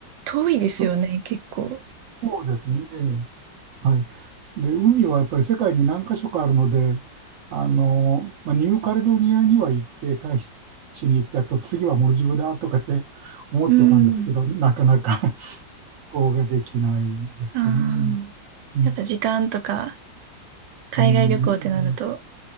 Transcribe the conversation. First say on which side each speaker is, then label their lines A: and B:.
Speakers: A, on the right; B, on the right.
A: 遠いですよね、
B: そ
A: 結構。
B: うですね。はい。で、海はやっぱり世界に何か所かあるので、あの、まあ、ニューカレドニアには行って、タヒチに行ってあと次はモルジブだとかって思ってたんですけど、
A: うん。
B: なかなか <laughs> こうができないですかね。
A: ああ。
B: うん、
A: やっぱ時間とか、海外旅行ってなると、
B: うん、